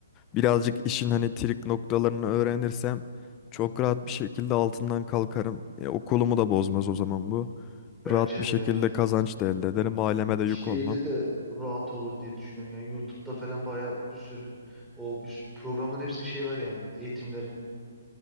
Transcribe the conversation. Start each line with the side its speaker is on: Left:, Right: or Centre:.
Left: birazcık işin hani trik noktalarını öğrenirsem
Centre: hı.
Left: çok rahat bir şekilde altından kalkarım. E, okulumu da bozmaz o zaman bu.
Centre: Bence
Left: Rahat bir şekilde
Centre: de bence de.
Left: kazanç da elde ederim, aileme de yük
Centre: şeyde
Left: olmam.
Centre: de rahat olur diye düşünüyorum. Yani YouTube'da falan bayağı bir sürü o bir sürü programların hepsinin şey var yani. Eğitimleri